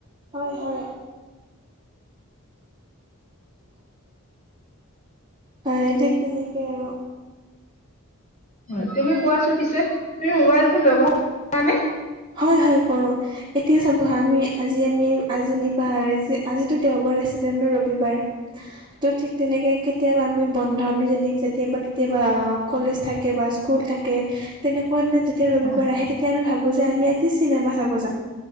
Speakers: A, on the right; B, on the left.
A: হয়, হয়। হয়, ঠিক তেনেকে আৰু।
B: হয়, তুমি কোৱাচো পিছে তুমি মোবাইল ফোন ব্যৱহাৰ কৰা নে?
A: হয় হয় কৰোঁ, এতিয়া চাব আমি আজি আমি আজিতো দেওবাৰ আছিলে ন? ৰবিবাৰ। ত' ঠিক তেনেকে কেতিয়াবা আমি বন্ধামীজনীক কেতিয়াবা কেতিয়াবা কলেজ থাকে বা স্কুল থাকে তেনেকুৱা যেতিয়া ৰবিবাৰ
B: হয়
A: আহে, তেতিয়া আমি ভাবো যে আমি আজি চিনেমা চাব যাম।